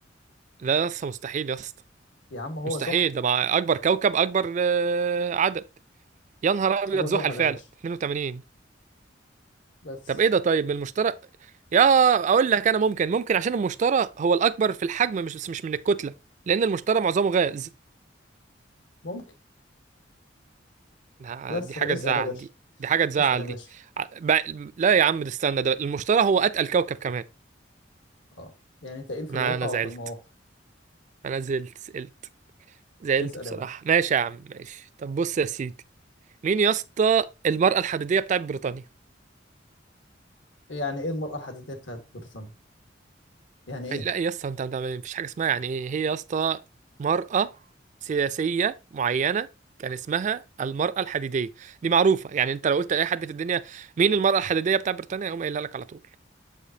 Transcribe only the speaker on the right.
لا يا اسطى مستحيل يا اسطى
مستحيل
ده مع اكبر كوكب اكبر آه، عدد يا نهار ابيض
زحل
فعلا
82
طب ايه ده طيب من المشتري يا اقول لك انا ممكن ممكن عشان المشتري هو الاكبر في الحجم مش بس مش من الكتله لان المشتري معظمه غاز
ده-
دي حاجة
تزعل
دي دي حاجة تزعل
دي ع- بقى- لا يا عم ده استنى ده المشتري هو أتقل كوكب كمان
أنا
أنا
زعلت
أنا زعلت زعلت زعلت
بصراحة
ماشي يا عم ماشي طب بص يا سيدي مين يا اسطى المرأة الحديدية بتاعت بريطانيا
لا يا اسطى انت انت مفيش حاجة اسمها يعني ايه هي يا اسطى مرأة سياسية معينة كان اسمها المرأة الحديدية دي معروفة يعني انت لو قلت لأي حد في الدنيا مين المرأة الحديدية بتاعت بريطانيا هيقوم قايلها لك على طول